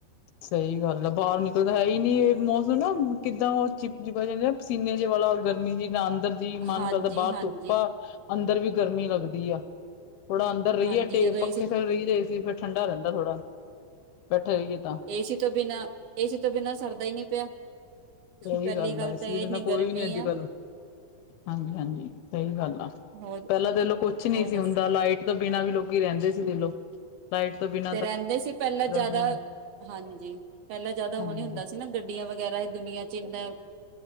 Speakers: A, on the left (about 75°); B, on the right (about 70°).
A: ਸਹੀ ਗੱਲ ਆ, ਬਾਹਰ ਨਿਕਲਦਾ ਹੈ ਹੀ ਨੀ ਇਹ, ਮੌਸਮ ਨਾ ਕਿੱਦਾਂ, ਉਹ ਚਿਪ ਚਿਪਾ ਚੱਲਹਾ ਪਸੀਨੇ ਜਿਹੇ ਵਾਲਾ, ਗਰਮੀ ਜੀ ਨਾ ਅੰਦਰ ਜੀ ਮਨ
B: ਹਾਂਜੀ
A: ਕਰਦਾ ਬਾਹਰ
B: ਹਾਂਜੀ
A: ਧੁੱਪਾ ਅੰਦਰ ਵੀ ਗਰਮੀ ਲੱਗਦੀ ਆ, ਥੋੜਾ ਅੰਦਰ ਰਹੀਏ
B: ਹਾਂਜੀ
A: ਟੇ
B: ਜਦੋਂ ਏਸੀ
A: ਪੱਖੇ ਥੱਲੇ ਰਹੀਏ ਫਿਰ ਏਸੀ ਠੰਡਾ ਰਹਿੰਦਾ ਥੋੜ੍ਹਾ, ਬੈਠੇ ਰਹੀਏ ਤਾਂ
B: ਏਸੀ ਤੋਂ ਬਿਨਾਂ, ਏਸੀ ਤੋਂ ਬਿਨਾਂ ਸਰਦਾ ਹੀ ਨੀ ਪਿਆ।
A: ਸਹੀ
B: ਪਹਿਲੀ
A: ਗੱਲ ਆ ਏਸੀ
B: ਤਾਂ ਇਹ
A: ਦੇ ਬਿਨਾਂ
B: ਇੰਨੀ
A: ਕੋਈ
B: ਗਰਮੀ
A: ਵੀ ਨੀ ਅੱਜ-ਕੱਲ
B: ਆ
A: ਹਾਂਜੀ-ਹਾਂਜੀ ਸਹੀ ਗੱਲ ਆ,
B: ਹੋਰ
A: ਪਹਿਲਾਂ ਦੇਲੋ ਕੁਛ ਨਹੀਂ
B: ਹੋਰ
A: ਸੀ
B: ਦੱਸ
A: ਹੁੰਦਾ ਲਾਈਟ ਤੋਂ ਬਿਨਾਂ ਵੀ ਲੋਕ ਹੀ ਰਹਿੰਦੇ ਸੀ ਵੇਖ ਲਓ। ਲਾਈਟ ਤੋਂ ਬਿਨਾਂ
B: ਤੇ ਰਹਿੰਦੇ ਸੀ ਪਹਿਲਾਂ ਜਿਆਦਾ,
A: ਵੀ
B: ਹਾਂਜੀ ਪਹਿਲਾਂ ਜਿਆਦਾ ਉਹ
A: ਹਾਂਜੀ
B: ਨਹੀਂ ਹੁੰਦਾ ਸੀ। ਇਹਨਾਂ ਗੱਡੀਆਂ ਵਗੈਰਾ ਦੁਨੀਆਂ ਚ ਇਦਾਂ